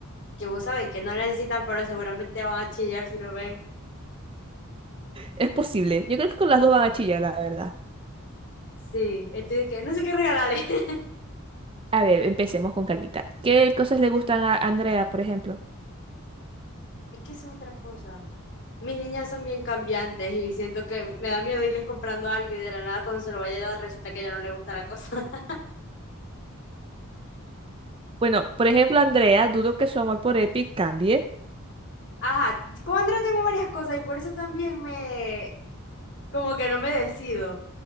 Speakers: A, on the left; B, on the right.
A: que vos sabéis que no necesitan, pero seguramente van a chillar si lo ven.
B: Es posible. Yo creo que con las dos van a chillar, la verdad.
A: Sí, estoy de que no sé qué regalarle. <laughs>
B: A ver, empecemos con calmita. ¿Qué cosas le gustan a Andrea, por ejemplo?
A: Es que eso es otra cosa. Mis niñas son bien cambiantes y siento que me da miedo irles comprando algo y de la nada cuando se lo vaya a dar resulta que ya no le gusta la cosa. <laughs>
B: Bueno, por ejemplo, Andrea, dudo que su amor por Epic cambie.
A: Ajá, con Andrea tengo varias cosas y por eso también me, como que no me decido,